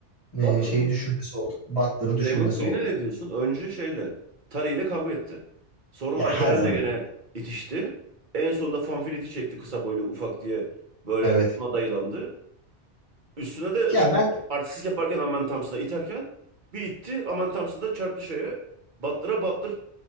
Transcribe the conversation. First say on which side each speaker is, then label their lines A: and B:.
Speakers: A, on the left; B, on the right.
A: e,
B: Butler
A: şeyi
B: mı?
A: düşürmesi oldu. Butler'ı düşürmesi
B: Raymond Green'e
A: oldu yani.
B: ne diyorsun? Önce şeyle Curry ile kavga etti. Sonra
A: Ya
B: Alperen'le
A: her zaman.
B: gene itişti. En sonunda Fanfiliti çekti kısa boylu ufak diye böyle
A: Evet.
B: ona dayılandı. Üstüne de
A: Ya ben
B: artistlik yaparken Aman Thompson'a iterken bir itti. Aman Thompson da çarptı şeye. Butler'a Butler